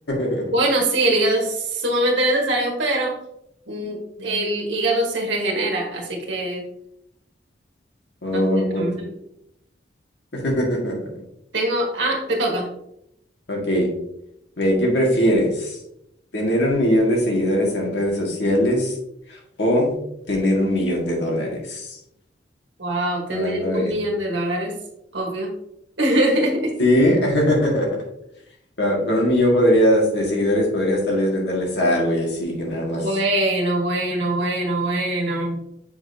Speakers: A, on the left; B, on the right.
A: <laughs>
B: Bueno, sí, el hígado es sumamente necesario, pero mm, el hígado se regenera, así que
A: Oh,
B: no está
A: buen punto.
B: tan mal.
A: <laughs>
B: Tengo, ah, te toca.
A: Ok, ve, ¿qué prefieres? ¿Tener un millón de seguidores en redes sociales o tener un millón de dólares?
B: Wow, tener
A: Hablando
B: un
A: de...
B: millón de dólares, obvio. <laughs>
A: Sí, <laughs> con con un millón podrías, de seguidores podrías tal vez venderles algo y así ganar más.
B: Bueno, bueno, bueno, bueno.